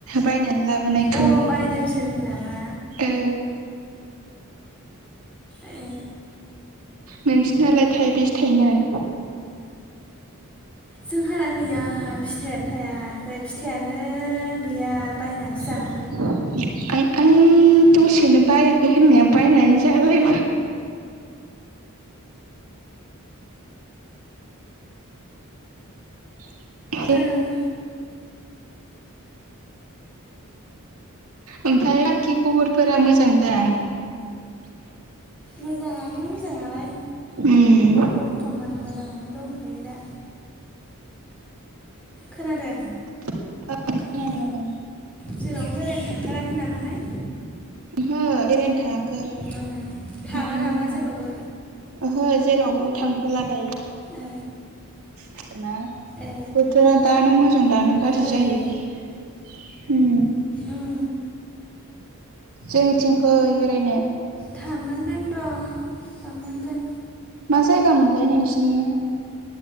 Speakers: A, on the right; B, in the centre.
A: बायनानै लाबोनायखौ
B: अ बायदोंसो होनदों नामा
A: ओ
B: ए
A: नोंसिनालाग थायबेसे थाइनाय?
B: जोंहा गैया फिथाइयानो थायाखै फिथाइयानो गैया बायनानैसो जानो
A: <inaudible> ओइ दसेनो बायाखै होननाया बायनानै जालाय <inaudible>
B: ओं
A: ओमफ्राय बाखि खबरफोरा मोजांदा?
B: मोजाङानो मोजाङालाय
A: उम
B: बर्थमान मोजाङानो दंथ'यो दा खोनादों
A: <inaudible>
B: उम जेरावबो बेरायनो थांथाराखै नामाहाय?
A: ओहो बेरायनो थायाखै न'आवनो
B: ओ थाङा नामा
A: दङ
B: जेरावबो
A: ओहो जेरावबो थांथ'ला दायो।
B: ओ
A: हेल
B: ए
A: बोथोरा दानो मोजां दानो गाज्रि
B: ओं
A: जायो ए
B: उम
A: जोंथिं फै बेरायनो
B: थांनांगोन र' थांनांगोन
A: मा जायगा मोनलाय नोंसिनिया